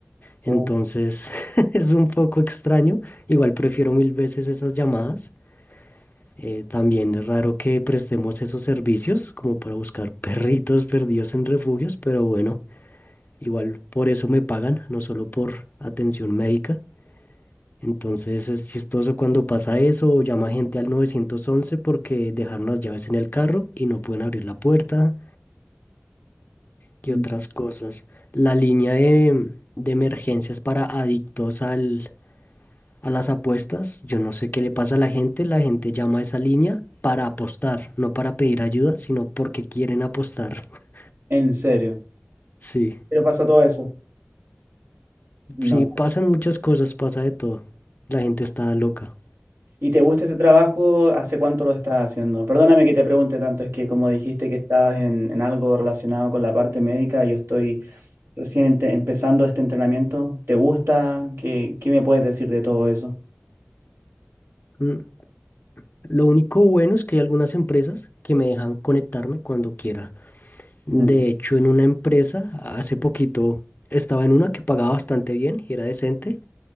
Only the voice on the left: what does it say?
Entonces
<laughs> es un poco extraño. Igual prefiero mil veces esas llamadas. Eh, también es raro que prestemos esos servicios como para buscar <laughs> perritos perdidos en refugios, pero bueno, igual por eso me pagan, no solo por atención médica. Entonces es chistoso cuando pasa eso, o llama gente al 911 porque dejaron las llaves en el carro y no pueden abrir la puerta. ¿Qué
otras cosas? La línea de, de emergencias para adictos al, a las apuestas. Yo no sé qué le pasa a la gente. La gente llama a esa línea para apostar, no para pedir ayuda, sino porque quieren apostar. <laughs>
Sí,
sí, pasan muchas cosas, pasa de todo. La gente está loca.
Mm, Lo único bueno es que hay algunas empresas que me dejan conectarme cuando quiera. De
hecho, en una empresa, hace poquito estaba en una que pagaba bastante bien y era decente.